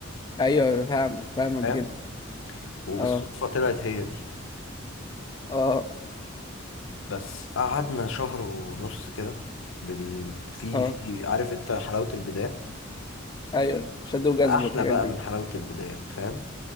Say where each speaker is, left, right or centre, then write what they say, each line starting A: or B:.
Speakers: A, on the left; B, on the left.
A: ايوه فاهمك فاهمك
B: فاهم
A: جدا
B: وبالصدفة
A: اه
B: طلعت هي دي
A: اه
B: بس قعدنا شهر ونص كده بن في
A: اه
B: في عارف انت حلاوة البدايات
A: ايوه شادو جذب
B: احلى
A: والحاجات
B: بقى
A: دي
B: من حلاوة البدايات فاهم